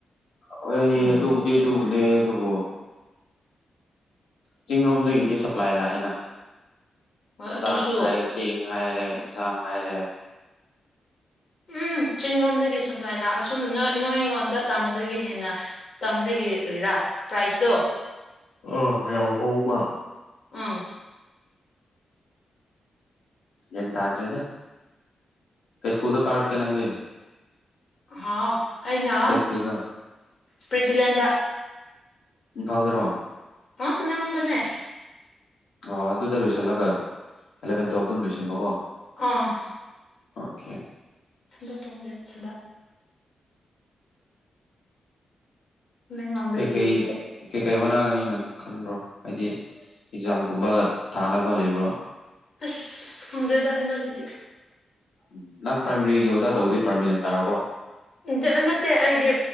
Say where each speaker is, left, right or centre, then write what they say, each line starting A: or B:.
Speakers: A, on the left; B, on the left.
A: ꯍꯣꯏ
B: ꯎꯝ
A: ꯑꯗꯨꯕꯨꯗꯤ
B: ꯀꯔꯤ
A: ꯑꯗꯨꯕꯨꯅꯦ ꯑꯗꯨꯕꯨꯣ ꯆꯤꯡ ꯂꯣꯝꯗꯒꯤꯗꯤ ꯁꯄ꯭ꯂꯥꯏ ꯂꯥꯛꯑꯦꯅ
B: ꯍꯣꯏ ꯑꯗꯨꯁꯨ
A: ꯆꯥꯛ ꯍꯥꯏ ꯆꯦꯡ ꯍꯥꯏꯔꯦ ꯏꯟꯁꯥꯡ ꯍꯥꯏꯔꯦ
B: ꯎꯝ ꯆꯤꯡꯔꯣꯝꯗꯒꯤ ꯁꯄ꯭ꯂꯥꯏ ꯂꯥꯛꯑ ꯁꯨꯝ ꯅ ꯅꯣꯏꯉꯣꯟꯗ ꯇꯝꯗꯒꯤ ꯍꯦꯟꯅ ꯇꯝꯗꯒꯤ ꯀꯔꯤꯔꯥ ꯄ꯭ꯔꯥꯏꯁꯇꯣ
A: ꯑꯣ ꯌ꯭ꯥꯍꯧꯕ
B: ꯎꯝ
A: ꯒꯥꯟ ꯇꯥꯗ꯭ꯔꯦꯗ ꯀꯩ ꯁ꯭ꯀꯨꯜꯗ ꯀꯥꯔꯛꯀꯦ ꯅꯪꯗꯤ
B: ꯍꯥꯎ ꯑꯩꯅ
A: ꯀꯩ
B: ꯎꯝ
A: ꯁ꯭ꯀꯨꯜꯗ
B: ꯄ꯭ꯔꯤꯇꯤꯂꯦꯟꯗ
A: ꯏꯝꯐꯤꯜ ꯗ꯭ꯔꯣ
B: ꯑ ꯇꯃꯦꯡꯂꯣꯡꯗꯅꯦ
A: ꯑꯣ ꯑꯗꯨꯗ ꯂꯣꯏꯁꯤꯜꯂꯒ ꯑꯦꯂꯚꯦꯟ ꯇꯨꯌꯦꯜꯞ ꯑꯗꯨꯝ ꯂꯣꯏꯁꯤꯟꯕ ꯀꯣ
B: ꯑꯥ
A: ꯑꯣꯀꯦ
B: ꯁꯟꯗꯔ ꯇꯣꯡꯖꯦꯟ ꯁꯟꯗ ꯇꯃꯦꯡꯂꯣꯡꯗꯒꯤ
A: ꯀꯩ ꯀꯩ
B: ꯑꯁ
A: ꯀꯩ ꯀꯩ ꯍꯣꯠꯅꯒꯅꯤ ꯅ ꯈꯟꯕ꯭ꯔꯣ ꯍꯥꯏꯗꯤ ꯑꯦꯛꯖꯥꯝꯒꯨꯝꯕ ꯊꯥꯅꯕ ꯂꯩꯕ꯭ꯔꯣ
B: ꯑꯁ ꯈꯪꯗ꯭ꯔꯦꯗ ꯍꯟꯗꯀꯤꯗꯤ
A: ꯎꯝ ꯅꯪ ꯄ꯭ꯔꯥꯏꯃꯔꯤꯒꯤ ꯑꯣꯖꯥ ꯇꯧꯗ ꯄꯔꯃꯤꯅꯦꯟ ꯇꯥꯔꯕꯣ
B: ꯏꯖ ꯅꯠꯇꯦ ꯑꯩꯗꯤ